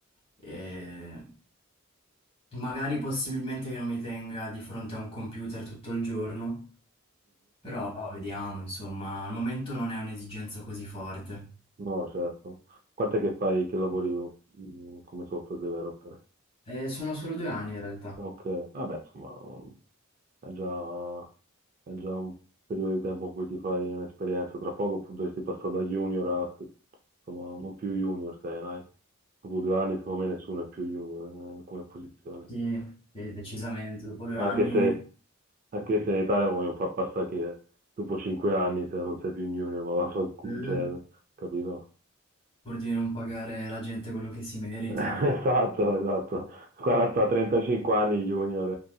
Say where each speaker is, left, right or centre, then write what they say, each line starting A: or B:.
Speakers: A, on the left (about 25°); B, on the right (about 40°).
A: e magari possibilmente che non mi tenga di fronte a un computer tutto il giorno, però vediamo, insomma, al momento non è un'esigenza così forte.
B: No, certo. Quant'è che fai che lavori mm, come software developer?
A: Eh, sono solo due anni in realtà,
B: Ok, vabbè, insomma, mm, è già, è già un periodo di tempo in cui ti fai un'esperienza. Tra poco pu- dovresti passare da junior a, insomma, non più junior sei, dai. Dopo due anni, secondo me, nessuno è più junior, eh, come posizione.
A: sì, sì, decisamente, dopo due
B: Anche
A: anni
B: se, anche se in Italia vogliono far passare che dopo cinque anni, se non sei più un junior, ma vaffanculo,
A: eh,
B: cioè, capito?
A: pur di non pagare alla gente quello che si merita,
B: <laughs> Esatto, esatto. 40-35 anni junior.